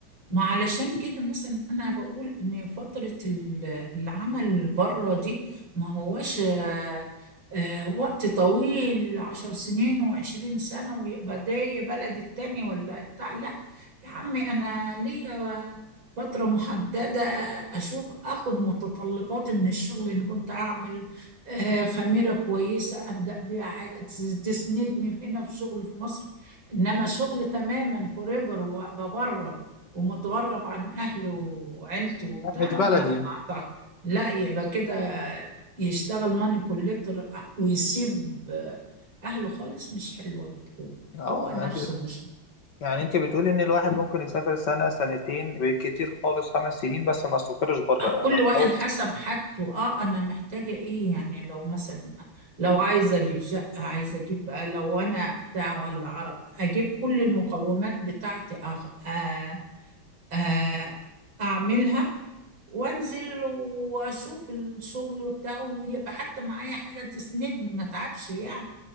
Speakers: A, on the right (about 75°); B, on the left (about 60°).
A: ما علشان كده مثلا انا بقول ان فترة ال- العمل بره دي ما هواش آه، آه، وقت طويل عشر سنين وعشرين سنة ويبقى ده يا بلد التاني ولا بتاع لا يا عمي انا ليا فترة محددة اشوف اخد متطلباتي من الشغل ان كنت اعمل آه، خميرة كويسة أبدأ بيها حاجة تس- تسندني في- هنا في شغل في مصر إنما شغل تماما فوريفر وأبقى بره ومتغرب عن أهلي وعيلتي وبتاع
B: لا، مش بلدي
A: لا ما أعتقد. لا يبقى كده يشتغل ماني كوليكتور ويسيب أهله خالص مش حلوة بتكون
B: اه
A: هو
B: يعني
A: نفسه
B: انت بت...
A: مش
B: يعني انت بتقولي ان الواحد ممكن يسافر سنه سنتين بالكتير خالص خمس سنين بس ما يستقرش بره لانه
A: كل
B: في
A: واحد
B: الاول
A: حسب حاجته اه انا محتاجة ايه يعني لو مثلا لو عايزة اجيب شقة عايزة اجيب آه، لو انا بتاع ولا عرب اجيب كل المقومات بتاعتي أخ... آه آه اعملها وانزل واشوف الشغل بتاعه ويبقى حتى معايا حاجة تسندني ما تعبش يعني